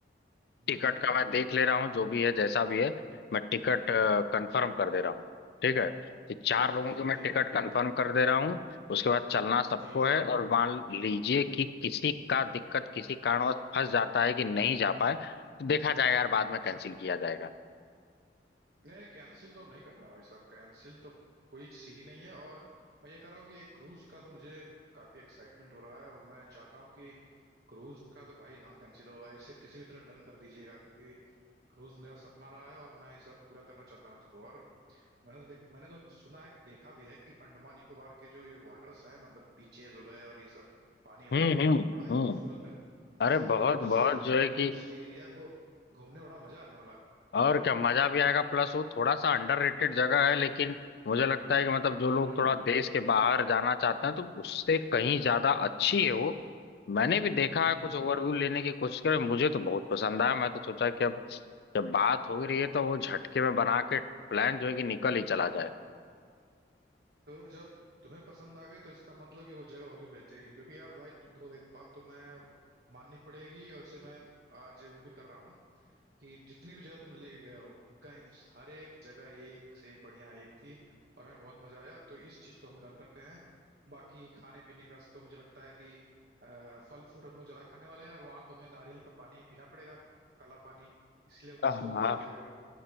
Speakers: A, on the right (about 60°); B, on the left (about 60°).
A: हम्म,
B: टिकट का मैं देख ले रहा हूँ जो भी है जैसा भी है मैं टिकट कंफर्म कर दे रहा हूँ ठीक है तो चार
A: ठीक है
B: लोगों
A: ठीक
B: की मैं
A: ठीक
B: टिकट
A: है ठीक
B: कंफर्म कर दे रहा हूँ उसके बाद चलना सबको
A: ठीक
B: है
A: है
B: और मान लीजिए कि किसी का दिक्कत किसी कारणवश फंस जाता है कि नहीं जा पाए तो देखा जाएगा यार बाद
A: हम्म
B: में कैंसिल किया जाएगा
A: नहीं कैंसिल तो अब नहीं करना भाई साहब कैंसिल तो कोई सीन ही नहीं है और मैं ये कह रहा हूँ कि एक क्रूज का तो मुझे काफी एक्साइटमेंट हो रहा है और मैं चाहता हूँ कि क्रूज का तो भाई ना कैंसिल हो इसे किसी भी तरह डन कर दीजिएगा क्योंकि क्रूज मेरा सपना रहा है और मैं इस बार पूरा करना चाहता हूँ इसको और मैंने तो देख मैंने तो सुना है देखा भी है कि अंडमान निकोबार के जो ये वाटर्स हैं मतलब बीचेस हो गए और ये सब पानी हो
B: हम्म
A: गया
B: हम्म
A: बड़ा ही
B: हम्म
A: खूबसूरत है ऐसे
B: अरे
A: में
B: बहुत
A: क्रूज से
B: बहुत जो है कि
A: उस एरिया को घूमने में बड़ा मजा आने वाला है
B: और क्या मजा भी आएगा प्लस वो थोड़ा सा अंडररेटेड जगह है लेकिन मुझे लगता है कि मतलब जो लोग
A: हम्म
B: थोड़ा देश के बाहर जाना चाहते हैं तो उससे कहीं ज्यादा अच्छी है वो मैंने भी देखा
A: हम्म
B: है कुछ ओवरव्यू लेने की कोशिश करें मुझे तो बहुत पसंद आया मैं तो सोचा कि अब जब बात हो ही रही है तो वो झटके में बना के प्लान जो है कि निकल ही चला जाए
A: तो जब तुम्हें पसंद आ गई तो इसका मतलब कि वो जगह होगी बेहतरीन क्योंकि यार भाई तुम तो एक बात तो मैं माननी पड़ेगी और इसे मैं आज वो भी कर रहा हूँ कि जितनी भी जगह तुम लेके गए हो कहीं उस हर एक जगह एक से बढ़िया एक थी और हमें बहुत मजा आया तो इस चीज को हम डन करते हैं बाकी खाने पीने का तो मुझे लगता है कि अ, फल फ्रूट हम लोग ज्यादा खाने वाले हैं और वहां तो हमें नारियल का पानी पीना पड़ेगा काला पानी इसलिए वो
B: हाँ
A: मशहूर
B: हाँ
A: भी थी वो जगह